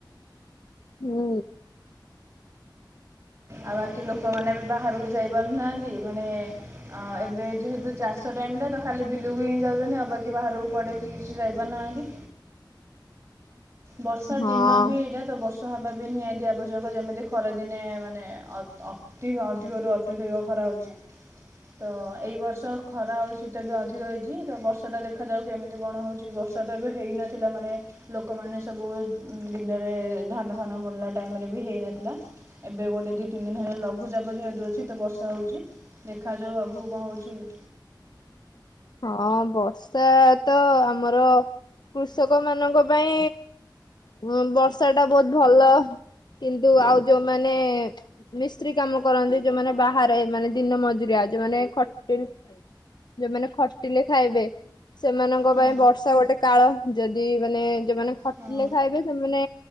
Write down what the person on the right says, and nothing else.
ଆଉ ବାକି ଲୋକମାନେ ବି ବାହାରକୁ ଯାଇପାରୁନାହାନ୍ତି। ମାନେ ଅ ଏବେ ଯେହେତୁ ଚାଷ ଟାଇମଟା ତ ଖାଲି ବିଲୁକୁ ହିଁ ଯାଉଛନ୍ତି ଆଉ ବାକି ବାହାରକୁ କୁଆଡ଼େ ବି କିଛି ଯାଇପାରୁ ନାହାଁନ୍ତି ବର୍ଷା
ଦିନ ବି ଏଇଟା ତ ବର୍ଷା ଖରା ହେବା ବି ନିହାତି ଆବଶ୍ୟକ, ଯେମିତି ଖରା ଦିନେ ମାନେ ଅତି ଅଧିକ ରୁ ଅତ୍ୟଧିକ ଖରା ହଉଛି ତ ଏଇ ବର୍ଷ ଖରା ଆଉ ଶୀତ ବି ଅଧିକ ହେଇଛି ତ ବର୍ଷାଟା ଦେଖାଯାଉ କେମିତି କଣ ହଉଛି ବର୍ଷା ତ ଏବେ ହେଇନଥିଲା ମାନେ ଲୋକ ଲୋକମାନେ ସବୁ ଦିନରେ ଧାନ ଫାନ ବୁଣିଲା ଟାଇମରେ ବି ହେଇନଥିଲା ଏବେ ଗୋଟେ ଦି ଦୁଇ ତିନି ଦିନ ହେଲା ଲଘୁଚାପ ଯେହେତୁ ଅଛି ତ ବର୍ଷା ହେଉଛି ଦେଖାଯାଉ ଆଗକୁ କଣ ହେଉଛି <inaudible>
ହୁଁ
ହଁ